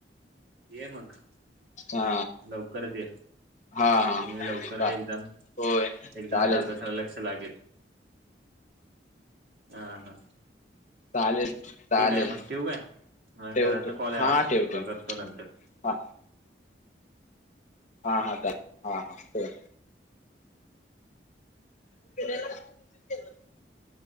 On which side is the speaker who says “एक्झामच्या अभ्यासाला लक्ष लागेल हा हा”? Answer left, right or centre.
Right